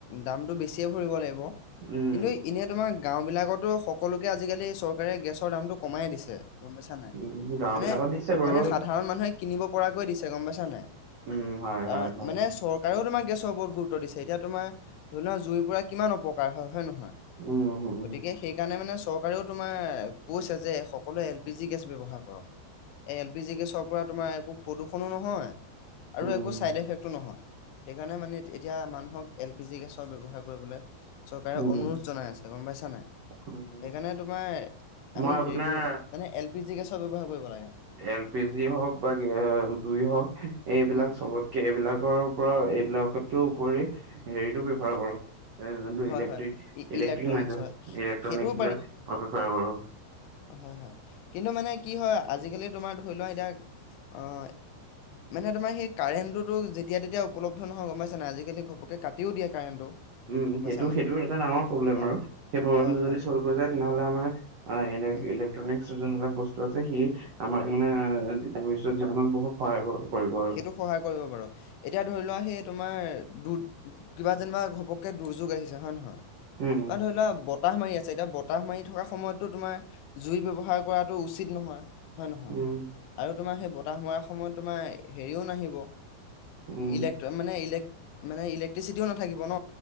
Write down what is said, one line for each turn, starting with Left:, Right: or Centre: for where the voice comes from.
Left: দামটো বেছিয়ে ভৰিব লাগিব। <unintelligible>
Right: উম
Left: কিন্তু এনেই তোমাৰ গাওঁবিলাকতো সকলোকে আজিকালি চৰকাৰে গেছৰ দামটো কমাই দিছে। <inaudible> গম পাইছা নাই?
Right: উম গাওঁ
Left: মানে-মানে
Right: বিলাকত দিছে বাৰু
Left: সাত <inaudible> সাধাৰণ মানুহে কিনিব পৰাকৈ দিছে গম পাইছা নাই?
Right: উম হয়
Left: <unintelligible>
Right: হয় হয়
Left: মানে চৰ চৰকাৰেও তোমাৰ গেছৰ ওপৰত গুৰুত্ব দিছে। এতিয়া তোমাৰ ধৰি লোৱা জুইৰ পৰা কিমান অপকাৰ হয় নে নহয়? <unintelligible>
Right: উম উম
Left: গতিকে সেইকাৰণে মানে চৰকাৰেও তোমাৰ কৈছে যে সকলোৱে এলপিজি গেছ ব্যৱহাৰ কৰক। <unintelligible> <inaudible> এলপিজি গেছৰ পৰা তোমাৰ একো প্ৰদূষণো নহয় আৰু
Right: উম
Left: একো চাইড এফেক্টো নহয়। সেইকাৰণে মানে এতিয়া মানুহক এলপিজি গেছৰ ব্যৱহাৰ কৰিবলৈ <inaudible> চৰকাৰে
Right: উম
Left: অনুৰোধ জনাই আছে, গ'ম পাইছা নাই? <unintelligible>
Right: উম
Left: সেইকাৰণে তোমাৰ
Right: মই
Left: আমি
Right: আপোনাৰ
Left: হেৰি কৰ মানে এলপিজি গেছৰ ব্যৱহাৰ কৰিব লাগে। <unintelligible>
Right: এলপিজি হওঁক বা <unintelligible> জুই হওঁক এইবিলাক
Left: উম
Right: চবত <unintelligible> এইবিলাকৰ পৰাও এইবিলাকৰ উপৰি হেৰিতো
Left: উম
Right: ব্যৱহাৰ কৰোঁ যোনটো
Left: হয়
Right: ইলেক্ট্ৰিক
Left: হয়
Right: ইলেক্ট্ৰিক-ইলেক্ট্ৰিক
Left: ইলেক্ট্ৰনিকছ
Right: মাধ্যম
Left: হয়
Right: ইলেক্ট্ৰনিক
Left: সেইটোও
Right: বিলাক মই ব্যৱহাৰ কৰোঁ। <unintelligible>
Left: হয়-হয়। কিন্তু মানে কি হয় আজিকালি তোমাৰ ধৰি লোৱা এতিয়া অঁ <unintelligible> মানে তোমাৰ সেই কাৰেণ্টটোতো যেতিয়া তেতিয়া উপলব্ধ নহয় গ'ম পাইছা নাই আজিকালি ঘপকে কাটি <inaudible> কাটিও দিয়ে কাৰেণ্টটো। <inaudible>
Right: উম!
Left: গম
Right: সেইটো-সেইটোৰ
Left: পাইছা নাই
Right: এটা ডাঙৰ প্ৰব্লেম
Left: অ
Right: আৰু সেই প্ৰব্লেমটো
Left: হয়
Right: যদি
Left: হয়
Right: চল্ভ হৈ যায় তেনেহ'লে আমাৰ <inaudible> হয় ইলেক-ইলেক
Left: উম
Right: <unintelligible> ইলেক্ট্ৰনিক যোনবিলাক বস্তু আছে সি আমাৰ মানে
Left: হয়
Right: ভৱিষ্যত জীৱনৰ বহুত <unintelligible> সহায় কৰিব-কৰিব আৰু।
Left: সেইটো
Right: <inaudible>
Left: সহায় কৰিব বাৰু <unintelligible> এতিয়া ধৰি লোৱা সেই তোমাৰ <unintelligible> কিবা যেনিবা ঘপককে দুৰ্যোগ আহিছে হয় নে নহয়।
Right: উম,
Left: অহ ধৰি লোৱা বত <unintelligible> বতাহ মাৰি আছে এতিয়া বতাহ মাৰি থকা সময়ততো তোমাৰ জুই ব্যৱহাৰ কৰাটো উচিত নহয়। <unintelligible> হয় নহয়
Right: উম।
Left: আৰু তোমাৰ সেই বতাহ মৰা সময়ত তোমাৰ হেৰিও নাহিব।
Right: উম,
Left: <unintelligible> ইলেকট মানে ইলেক মানে ইলেক্ট্ৰিচিটিও নাথাকিব ন